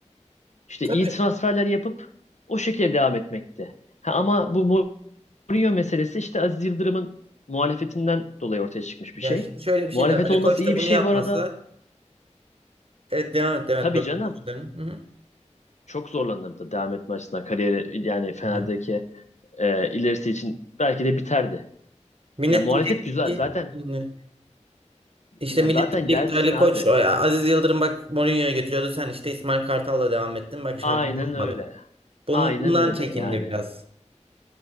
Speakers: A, on the left; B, on the right.
A: işte
B: Tabii.
A: iyi transferler yapıp o şekilde devam etmekti. Ha, ama bu Rio meselesi işte Aziz Yıldırım'ın muhalefetinden dolayı ortaya çıkmış
B: Ya
A: bir şey.
B: şimdi şöyle bir
A: Muhalefet
B: şey de var. Ali
A: olması
B: Koç
A: iyi
B: da
A: bir
B: bunu
A: şey
B: yapmasa
A: bu arada.
B: evet devam et devam
A: Tabii
B: et. Böldüm,
A: canım.
B: özür dilerim. Hı hı.
A: Çok zorlanırdı devam etme açısından. Kariyeri yani Fener'deki
B: Ha.
A: e, ilerisi için belki de biterdi.
B: Millet
A: Ya muhalefet
B: diyecek
A: güzel
B: ki
A: zaten
B: şimdi, işte
A: ya
B: millet
A: zaten
B: diyecek
A: gelsin
B: ki Ali
A: abi.
B: Koç o ya Aziz Yıldırım bak Mourinho'yu getiriyordu sen işte İsmail Kartal'la devam ettin bak şampiyon
A: Aynen
B: olmadık.
A: öyle.
B: Bunun,
A: Aynen
B: bundan
A: öyle
B: çekindi
A: yani.
B: biraz.